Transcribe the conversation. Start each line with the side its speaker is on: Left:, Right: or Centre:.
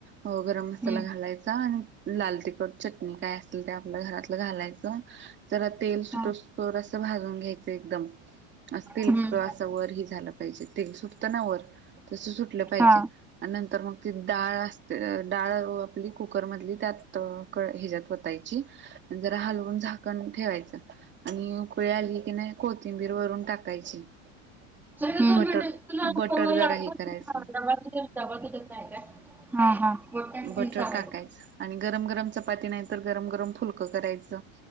Right: हो, गरम
Centre: हा
Right: मसाला घालायचा आणि लाल तिखट चटणी काय असेल ते आपल्या घरातलं घालायचं, जरा तेल सुट
Centre: हा हा
Right: थोडसं अस भाजून घ्यायच एकदम, अस तेल.
Centre: हा हा
Right: असं वर ही झाला पाहिजे, तेल सुटत ना वर तस सुटलं पाहिजे.
Centre: हा
Right: आणि नंतर मग, ती डाळ असते, डाळ आपली कुकर मधली त्यात उकळ हेज्यात वाताय ची. जरा हलवून झाकण ठेवायचं, आणि उकळी आली की नाही, कोत तिंबीर वरून टाकायची.
Centre: हम्म, <unintelligible>
Right: आणि बटर बटर जरा हे करायचं
Centre: हा-हा <unintelligible>
Right: बटर टाकायचं आणि गरम-गरम चपाती नाही तर, गरम-गरम फुलकं करायचं.